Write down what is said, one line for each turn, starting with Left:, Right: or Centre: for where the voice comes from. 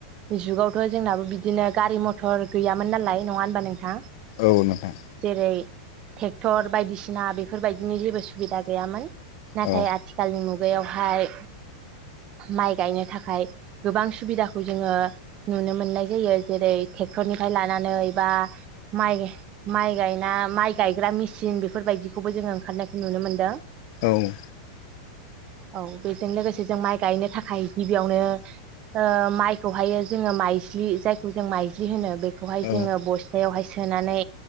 Right: जुगावथ' जोंनाबो बिदिनो गारि मथर गैयामोन नालाय नङा होनबा नोंथां?
Left: औ नोंथां।
Right: जेरै ट्रेक्टर बायदिसिना बेफोरबायदिनि जेबो सुबिदा गैयामोन। नाथाय
Left: औ
Right: आथिखालनि मुग मुगायावहाय माइ गायनो थाखाय गोबां सुबिदाखौ जोङो नुनो मोननाय जायो। जेरै ट्रेक्टरनिफ्राय लानानै बा माइ-माइ गाय ना माइ गायग्रा मेसिन बेफोरबायदिखौबो जोङो ओंखारनायखौ नुनो मोन्दों।
Left: औ।
Right: औ बेजों लोगोसे जों माइ गायनो थाखाय गिबियावनो ओ माइखौहायो जोङो माइज्लि जायखौ जों माइज्लि होनो। बेखौहाय
Left: औ
Right: जो बस्थायावहाय सोनानै